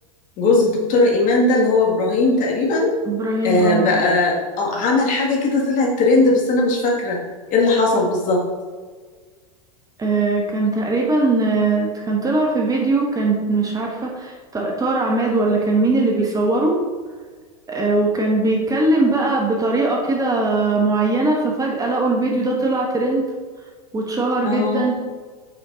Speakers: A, on the left; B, on the right.
A: جوز الدكتورة إيمان ده اللي هو إبراهيم تقريبا
B: إبراهيم
A: آه
B: اه
A: بقى آه عمل حاجة كده طلعت ترند بس أنا مش فاكرة إيه اللي حصل بالظبط
B: آه، كان تقريبا آه، كان طلع في فيديو كان مش عارفة ط- طارق عماد ولا كان مين اللي بيصوره آه، وكان بيتكلم بقى بطريقة كده معينة ففجأة لقوا الفيديو ده طلع ترند واتشهر جدا
A: اه